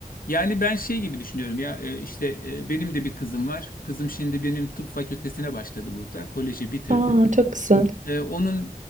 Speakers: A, on the left; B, on the right.
A: Yani ben şey gibi düşünüyorum ya e, işte e, benim de bir kızım var. Kızım şimdi benim tıp fakültesine başladı burada. Koleji bitirdi.
B: Aa, çok güzel.
A: Ee, onun